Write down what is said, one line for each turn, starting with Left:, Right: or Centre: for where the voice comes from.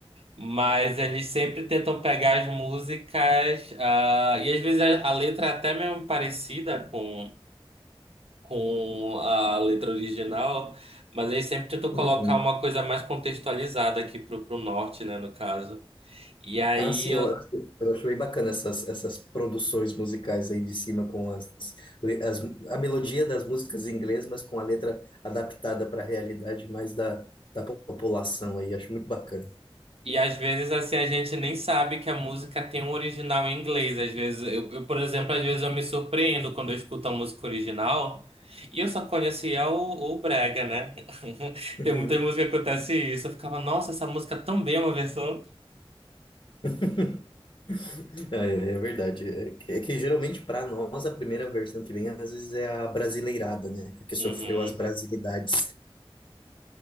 Right: Mas eles sempre tentam pegar as músicas, ah, e às vezes a, a letra é até mesmo parecida com, com a letra original, mas eles sempre tentam
Left: uhum.
Right: colocar uma coisa mais contextualizada aqui pro, pro norte, né, no caso. E aí
Left: Ah, sim, eu, eu acho eu acho bem bacana essas, essas produções musicais aí de cima com as, le- as a melodia das músicas em inglês, mas com a letra adaptada para a realidade mais da, da população aí, acho muito bacana.
Right: E às vezes, assim, a gente nem sabe que a música tem um original em inglês. Às vezes, eu, eu, por exemplo, às vezes eu me surpreendo quando eu escuto a música original e eu só conhecia o, o Brega, né? <laughs>
Left: Uhum.
Right: Tem muita música que acontece isso. Eu ficava, nossa, essa música também é uma versão.
Left: <laughs> É, é verdade. É que, é que geralmente para nós a primeira versão que vem às vezes é a brasileirada, né? A que sofreu
Right: Uhum,
Left: as brasilidades.